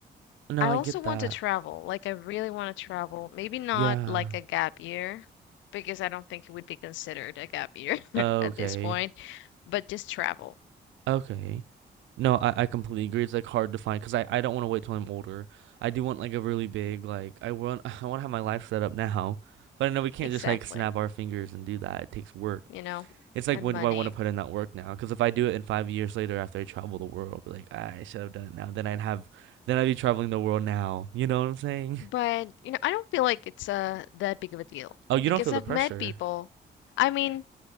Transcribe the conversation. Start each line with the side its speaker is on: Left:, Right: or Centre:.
Right: No,
Left: I
Right: I
Left: also
Right: get
Left: want
Right: that.
Left: to travel. Like I really want to travel. Maybe not
Right: Yeah.
Left: like a gap year. Because I don't think it would be considered a gap year <laughs>
Right: Okay.
Left: at this point, but just travel.
Right: Okay. No, I, I completely agree. It's like hard to find because I, I don't want to wait till I'm older. I do want like a really big like I want <laughs> I want to have my life set up now, but I know we can't
Left: Exactly.
Right: just like snap our fingers and do that. It takes work.
Left: you know,
Right: It's like
Left: and
Right: when
Left: money.
Right: do I want to put in that work now? Because if I do it in five years later after I travel the world, I'll be like "Ah, I should have done it now. Then I'd have then I'd be traveling the world now. You know what I'm saying?
Left: But,
Right: <laughs>
Left: you know, I don't feel like it's uh that big of a deal
Right: Oh, you
Left: because
Right: don't feel the
Left: I've
Right: pressure.
Left: met people. I mean,